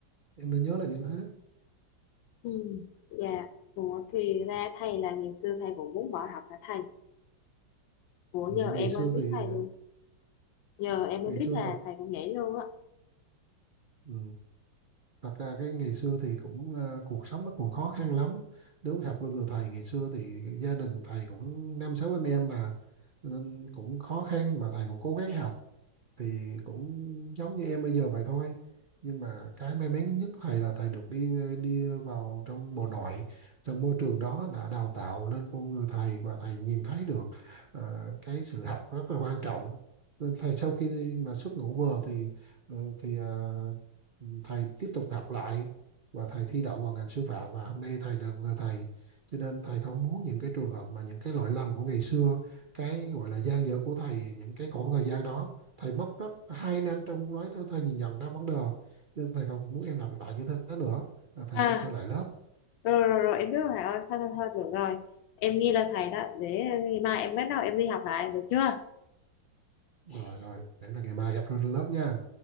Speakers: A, on the right; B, on the left.
A: em nên nhớ là những thế
B: ừ dạ Ủa thì ra thầy là ngày xưa thầy cũng muốn bỏ học hả thầy Ủa
A: ừ, ngày
B: giờ em
A: xưa
B: mới biết
A: thì
B: thầy luôn Giờ em mới
A: ngày
B: biết
A: xưa
B: là
A: thật
B: thầy cũng nhảy luôn á
A: ừ. thật ra cái ngày xưa thì cũng ờ, cuộc sống nó còn khó khăn lắm đúng học với người thầy ngày xưa thì gia đình thầy cũng năm sáu anh em mà Cho nên cũng khó khăn mà thầy cũng cố gắng học thì cũng giống như em bây giờ vậy thôi nhưng mà cái may mắn nhất thầy là thầy được đi đi vào trong bộ nội trong môi trường đó đã đào tạo lên con người thầy và thầy nhìn thấy được ờ, cái sự học rất là quan trọng nên thầy sau khi mà xuất ngũ vừa thì ờ, thì ờ, thầy tiếp tục học lại và thầy thi đậu vào ngành sư phạm và hôm nay thầy là người thầy cho nên thầy không muốn những cái trường hợp mà những cái lỗi lầm của ngày xưa cái gọi là gian dở của thầy những cái khoảng thời gian đó thầy mất rất hai năm trong đó thầy nhìn nhận ra vấn đề nhưng thầy không muốn em lặp lại như thế nữa Là thầy
B: À
A: mong trở lại lớp
B: rồi rồi rồi em biết rồi thầy ơi thôi thôi thôi được rồi em ghi lên thầy đó để mai em bắt đầu em đi học lại được chưa
A: rồi rồi để là ngày mai gặp trên lớp nha